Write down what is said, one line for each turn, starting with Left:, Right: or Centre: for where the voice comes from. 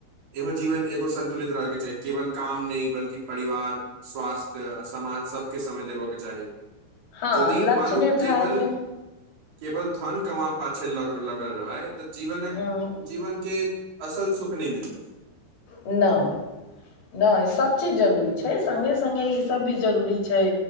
Right: इहो जीवन एगो संन्तुलित रहयके छैाही केवल काम नऽ बल्कि परिवार स्वास्थ्य समाज सबके समय देबऽ के चाही
Left: हँ
Right: यदि
Left: लक्ष्य
Right: मानू
Left: निर्धारणमे
Right: केवल केवल धन कमा पाछे लगल रहै तऽ जीवनक
Left: हँ
Right: जीवनके असल सुख नहि मिलतै
Left: नहि नहि सब चीज जरूरी छै स्गे स्गे
Right: ह
Left: ई सब भी जरूरी छै